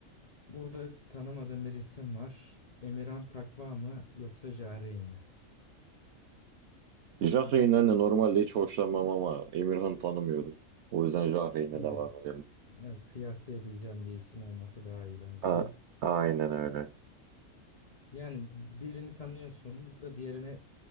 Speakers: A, on the left; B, on the right.
A: Burada tanımadığım bir isim var. Emirhan Takva mı yoksa Jarein mi?
B: Jahreyn'den de normalde hiç hoşlanmam ama Emirhan'ı tanımıyorum. O yüzden Jahreyn'e
A: Yani,
B: devam edelim.
A: evet, kıyaslayabileceğim bir isim olması daha iyi bence
B: A-
A: de.
B: aynen öyle.
A: Yani birini tanıyorsun da diğerini